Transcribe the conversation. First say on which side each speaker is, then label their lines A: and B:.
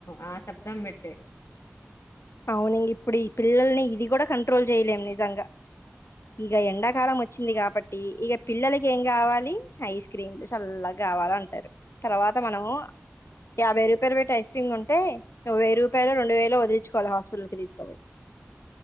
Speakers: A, on the left (about 90°); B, on the left (about 70°).
A: ఆ శబ్దం పెట్ట
B: అవును ఇం ఇప్పుడు ఈ పిల్లల్ని ఇది కూడా కంట్రోల్ చేయలేం నిజంగా ఇక ఎండాకాలం వచ్చింది కాబట్టి ఇక పిల్లలకి ఏం కావాలి ఐస్ క్రీమ్లు చల్లగా కావాల అంటారు తర్వాత మనము యాభై రూపాయలు పెట్టి ఐస్ క్రీమ్ ఉంటే వెయ్యి రూపాయలు రెండు వేలు వది చోకోవాల హాస్పిటల్ కి తీసుకపోయి